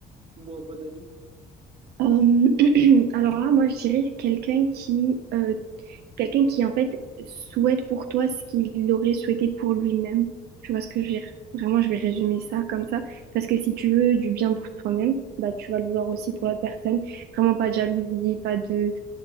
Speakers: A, on the right; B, on the right.
A: ou un bon ami?
B: Euh, <clears throat> alors là, moi, je dirais quelqu'un qui, euh, quelqu'un qui en fait souhaite pour toi ce qu'il aurait souhaité pour lui-même. Tu vois ce que je veux dire? Vraiment, je vais résumer ça comme ça. Parce que si tu veux du bien pour toi-même, bah, tu vas le vouloir aussi pour l'autre personne. Vraiment pas de jalousie, pas de,